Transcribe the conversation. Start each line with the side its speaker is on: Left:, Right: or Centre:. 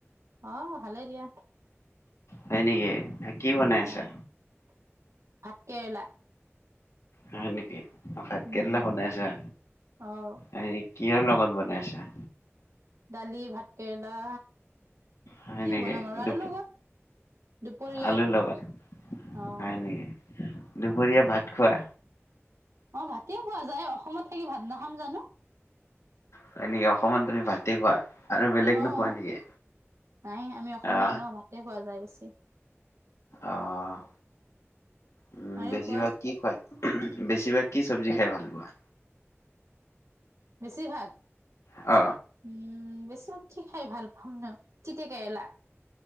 Right: অ' ভালেই দিয়া
Left: হয় নেকি কি বনাই
Right: অ'
Left: আছা?
Right: ভাত কেৰেলা
Left: হয় নেকি অ' ভাত
Right: উম,
Left: কেৰেলা বনাইছা,
Right: অ',
Left: হেৰি কিহৰ লগত বনাইছা?
Right: দালি ভাত কেৰেলা
Left: হয়
Right: কি
Left: নেকি
Right: বনাম আৰু
Left: দুপ
Right: আৰু লগত দুপৰীয়াৰ
Left: আলু লগত
Right: অ',
Left: হয় নেকি দুপৰীয়া ভাত খোৱা
Right: অ' ভাতেও খোৱা যায় অসমত থাকি ভাত নাখাম জানো
Left: হয় নেকি অসমত তুমি ভাতে খোৱা আৰু বেলেগ
Right: অ',
Left: নোখোৱা নেকি
Right: নাই আমি অসমীয়া
Left: আহ
Right: ন ভাতে খোৱা যায় বেছি।
Left: অ' উম
Right: আৰু
Left: বেছিভাগ
Right: কোৱাত
Left: কি খোৱায়? বেছিভাগ কি চৱজি খাই ভাল পোৱা?
Right: বেছি ভাগ
Left: অ
Right: উম বেছিভাগ কি খাই ভাল পাম ন তিতা কেৰেলা